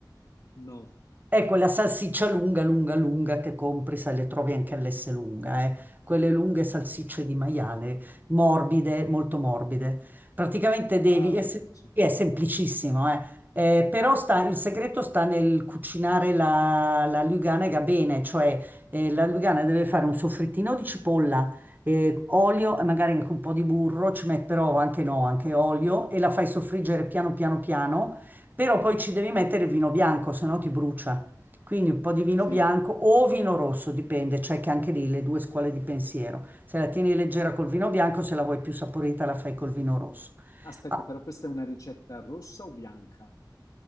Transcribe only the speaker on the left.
No.
Ah, ho
capito,
sì.
Sì.
Aspetta,
però questa è una ricetta rossa o bianca?